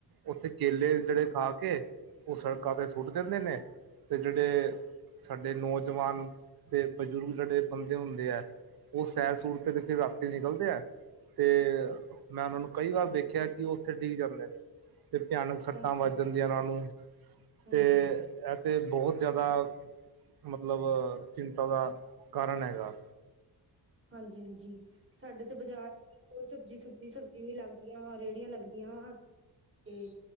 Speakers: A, on the right; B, on the right.
A: ਓਥੇ ਕੇਲੇ ਵੀ ਜੇੜੇ ਖਾ ਕੇ ਓ ਸੜਕਾਂ ਤੇ ਸੁੱਟ ਦਿੰਦੇ ਨੇ ਤੇ ਜੇੜੇ ਸਾਡੇ ਨੌਜਵਾਨ ਤੇ ਬਜ਼ੁਰਗ ਜੇੜੇ ਬੰਦੇ ਹੁੰਦੇ ਐ। ਓ ਸੈਰ ਸੂਰ ਤੇ ਫਿਰ ਰਾਤੀ ਨਿਕਲਦੇ ਐ। ਤੇ ਮੈਂ ਓਨਾਂ ਨੂੰ ਕਈ ਵਾਰ ਦੇਖਿਆ ਕਿ ਓ ਓਥੇ ਡਿੱਗ ਜਾਂਦੇ ਨੇ। ਤੇ ਭਿਆਨਕ ਸੱਟਾਂ
B: ਹਾਂਜੀ
A: ਵੱਜ ਜਾਂਦੀਆਂ ਓਨਾਂ ਨੂੰ
B: ਹਾਂਜੀ
A: ਤੇ
B: ਹਾਂਜੀ,
A: ਐ ਤੇ ਬਹੁਤ ਜ਼ਿਆਦਾ ਮਤਲਬ ਚਿੰਤਾ ਦਾ ਕਾਰਨ ਹੈਗਾ।
B: ਹਾਂਜੀ-ਹਾਂਜੀ ਸਾਡੇ ਤੇ ਬਾਜ਼ਾਰ ਓ ਸਬਜ਼ੀ ਸੁਬਜੀ, ਸਬਜ਼ੀ ਵੀ ਲੱਗਦੀ ਆਂ ਰੇੜੀਆਂ ਲੱਗਦੀਆਂ ਵਾ ਤੇ